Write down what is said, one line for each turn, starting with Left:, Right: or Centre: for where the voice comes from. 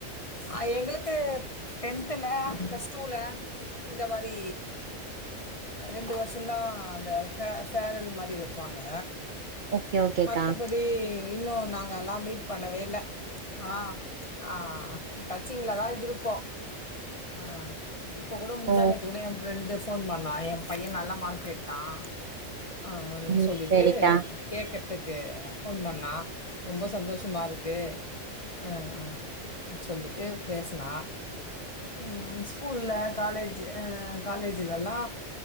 Left: ஆ எங்களுக்கு டென்தல பிளஸ் டூல இந்த மாதிரி ரெண்டு வருஷம்தான் அந்த சேரல் மாதிரி வைப்பாங்க
Right: ஓகே ஓகேக்கா
Left: மத்தபடி இன்னு நாங்கல்லா மீட் பண்ணவே இல்ல ஆ ஆ டச்சிங்லதா இருக்கோ ஆ இப்ப கூட முந்தானேத்து
Right: ஓ
Left: கூட ஏ பிரஎண்ட்ஸ் போன் பண்ணா ஏ பைய நல்ல மார்க் எடுத்தா அஹ்ஹனு
Right: ம்
Left: சொல்லிட்டு
Right: சரிக்கா
Left: கேக் த்துக்கு போன் பண்ணா ரொம்ப சந்தோஷமாருக்கு அ ஆ சொல்லிட்டு பேசனா உம் ஸ்கூல்ல காலேஜு ஆஹ் காலேஜலல்லா